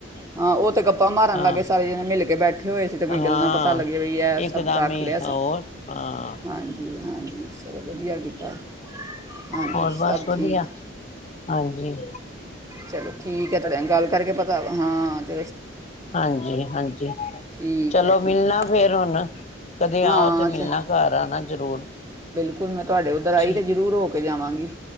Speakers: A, on the right; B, on the left.
A: ਹਾਂ ਉਹ ਤਾਂ ਗੱਪਾਂ ਮਾਰਨ
B: ਹਾਂ
A: ਲੱਗ ਗਏ ਸਾਰੇ ਜਣੇ ਮਿਲ ਕੇ ਬੈਠੇ ਹੋਏ ਸੀ ਤਾਂ ਕੋਈ
B: ਹਾਂ
A: ਗੱਲ ਨਾ ਪਤਾ ਲੱਗੇ ਬ ਇਹ
B: ਇਕਦਮ
A: ਸਭ ਤਾਂ ਰੱਖ
B: ਹੀ
A: ਲਿਆ
B: ਹੋਰ ਹਾਂ
A: ਹਾਂਜੀ-ਹਾਂਜੀ ਚਲੋ ਵਧੀਆ ਕੀਤਾ ਹਾਂਜੀ
B: ਹੋਰ ਬਸ
A: ਸਭ
B: ਵਧੀਆ
A: ਠੀਕ
B: ਹਾਂਜੀ
A: ਚਲੋ ਠੀਕ ਹੈ ਤੁਹਾਡੇ ਗੱਲ ਕਰਕੇ ਪਤਾ ਹਾਂ ਚ
B: ਹਾਂਜੀ-ਹਾਂਜੀ
A: ਠੀਕ
B: ਚਲੋ
A: ਹੈ
B: ਮਿਲਣਾ
A: ਠੀਕ
B: ਫੇਿਰ ਹੁਣ ਕਦੇ
A: ਹਾਂ
B: ਆਓ ਤੇ
A: ਅੱਛਾ
B: ਮਿਲਣਾ ਘਰ ਆਣਾ ਜ਼ਰੂਰ
A: <unintelligible> ਤੁਹਾਡੇ ਉੱਧਰ ਆਈ
B: ਠੀਕ
A: ਤੇ ਜ਼ਰੂਰ ਹੋ ਕ ਜਾਵਾਂਗੀ